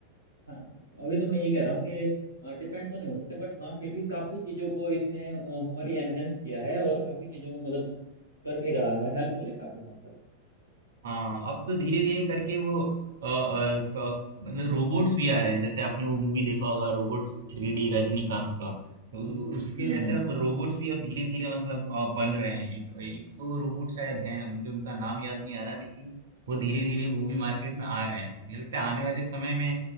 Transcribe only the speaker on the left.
हाँ अभी तो मैं ये कह रहा हूँ कि डिपेंड तो नहीं हो सकते बट हाँ फिर भी काफ़ी चीज़ों को इसने अ, हमारी एनहेंस किया है और काफ़ी चीज़ों में मदद कर भी रहा है हेल्पफुल है काफ़ी हद तक
हम्म
हम्म